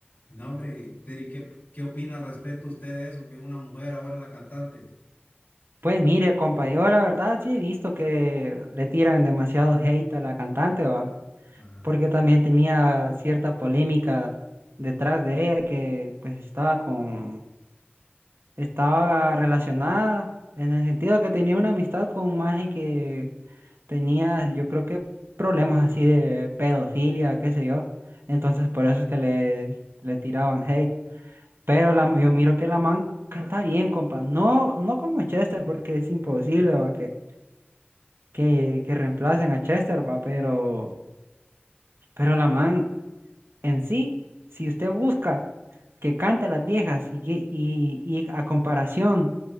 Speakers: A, on the left; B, on the right.
A: No, hombre, pero ¿y qué, qué opina al respecto usted de eso? Que una mujer ahora es la cantante.
B: Pues mire, compa, yo la verdad sí he visto que le tiran demasiado hate a la cantante, va.
A: Ajá,
B: porque también tenía cierta polémica detrás de ella que pues estaba con, estaba relacionada en el sentido que tenía una amistad con un maje que tenía, yo creo que problemas así de pedofilia, qué sé yo. Entonces por eso es que le, le tiraban hate. Pero la, yo miro que la man canta bien, compa. No, no como Chester, porque es imposible, va, que, que, que reemplacen a Chester, va, pero, pero la man en sí. Si usted busca que canta las viejas y, que- y, y a comparación